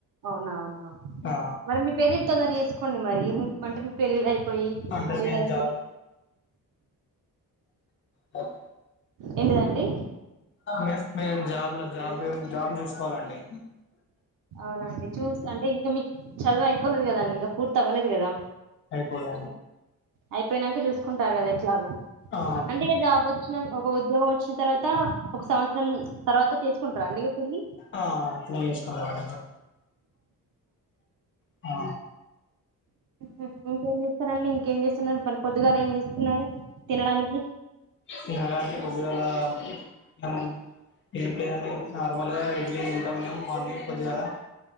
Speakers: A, on the right; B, on the left.
A: అవునా అవునా
B: ఆ
A: మరి మీ పెళ్ళిళ్ తొందర చేసుకోండి మరి అంటే మీ పెళ్ళిళ్ళ్ అయిపోయి
B: అంటే
A: అది
B: నేను
A: ఇదై
B: జాబ్ తక్
A: ఏంటిదండి
B: మేము చేస్తున్న గాని జాబ్ లో జాబు జాబ్ చూసుకోవాలా అండి
A: అవునండి చూస్ అంటే ఇంక మీ చదువు అయిపోలేదు గదండి ఇంకా పూర్తి అవ్వలేదు గదా
B: అయిపోలే.
A: అయిపోయినాక చూసుకుంటారు కదా ఎట్లాగో.
B: ఆ
A: అంటే ఇక జాబ్ వచ్చిన ఒక ఉద్యోగం వచ్చిన తర్వాత ఒక సంవత్సరం తర్వాత తీసుకుంటార అండి. ఏ పల్లి.
B: ఆ నేను తీసుకుంటామండి అట్లా. ఆ.
A: ఓహో ఇంకేం చేస్తారు. సారంండి ఇంకేం చేస్తున్నారు మరె పొద్దుగాల ఏం ఇస్తున్నారు తినడానికి.
B: తినడానికి పొద్దుగాల ఉమ్ ఏం లేదండి. హ్మ్ నార్మల్గా ఇడ్లీ తింటాం మేము మార్నింగ్ పొద్దుగాల.